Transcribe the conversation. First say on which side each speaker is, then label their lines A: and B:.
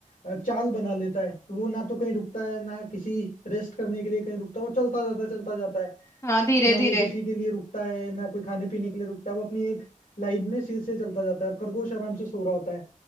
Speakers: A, on the left (about 75°); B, on the left (about 20°).
A: अ, चाल बना लेता है तो वो ना तो कहीं रुकता है ना किसी रेस्ट करने के लिए कहीं रुकता है वो चलता जाता है चलता जाता है
B: <laughs> हाँ धीरे
A: ना
B: धीरे
A: वो किसी के लिए रुकता है ना कोई खाने पीने के लिए रुकता है वो अपनी एक लाइन में सिर से चलता जाता है और खरगोश आराम से सो रहा होता है